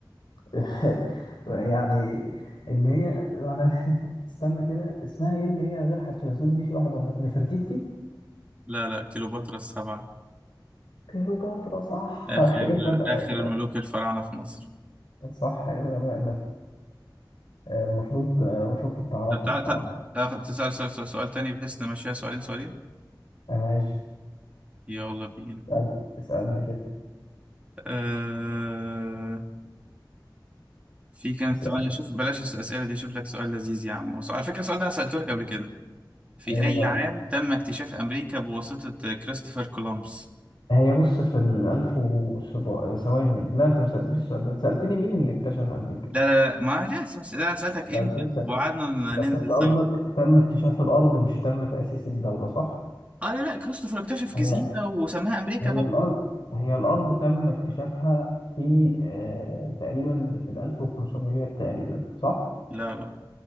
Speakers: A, on the left (about 80°); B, on the right (about 15°).
A: <laughs> يعني اللي هي وانا <laughs> استنى كده اسمها ايه اللي هي غير حتشبسوت دي في واحدة بقى- نفرتيتي
B: <laughs> لا لا كليوباترا السبعة
A: كليوباترا صح
B: آخر
A: <laughs> ايه الغباء
B: آخر
A: ده؟
B: الملوك الفراعنة في مصر
A: صح ايه الغباء ده آه، المفروض آه، المفروض كنت اعرفها
B: طب تعال
A: بصراحة
B: تعال تعال- تسأل سؤال, سؤال, سؤال تاني بحيث نمشيها سؤالين سؤالين
A: آه، ماشي
B: يلا بينا
A: اسأل- اسألني كده
B: آه في كام
A: اسأل
B: طب أنا شوف بلاش الأسئلة دي أشوف لك سؤال لذيذ يا عم وسؤ- على فكرة السؤال ده أنا سألته لك قبل كده في
A: ايه
B: أي
A: بقى
B: عام تم اكتشاف أمريكا بواسطة كريستوفر كولومبس
A: هي بص في الألف وسبع ثواني لا أنت ما سألتنيش السؤال ده أنت سألتني مين اللي اكتشف أمريكا
B: لا لا لا ما لا س- لا، أنا سألتك
A: ما سألتنيش
B: إمتى
A: سألت.
B: وقعدنا
A: بس
B: ننزل
A: أنت قصدك
B: سوا
A: تم اكتشاف الأرض مش تم تأسيس الدولة صح؟
B: اه لا لا كريستوفر اكتشف
A: هي
B: جزيرة وسماها أمريكا
A: هي
B: بقى
A: الأرض هي الأرض تم اكتشافها في آه تقريبا في الألف وخمسميات تقريبا صح؟
B: لا لا